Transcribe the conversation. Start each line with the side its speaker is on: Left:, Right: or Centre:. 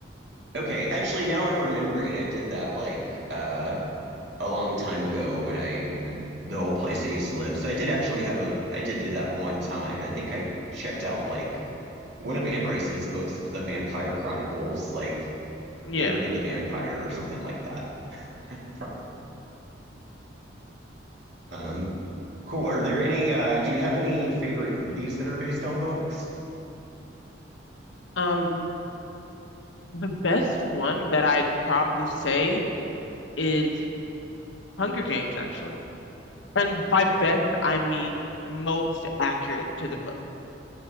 Right: Okay, actually now I'm remembering I did that like uh a long time ago when I the old place I used to live. So I did actually have a I did do that one time. I think I checked out like One of Anne Rice's books, The Vampire Chronicles, like
Left: Yeah.
Right: Interview with the Vampire or something like that. <laughs> Um, cool. Are there any, uh, do you have any favorite movies that are based on books?
Left: Um, the best one that I'd probably say is Hunger Games, actually. And by best, I mean most accurate to the book.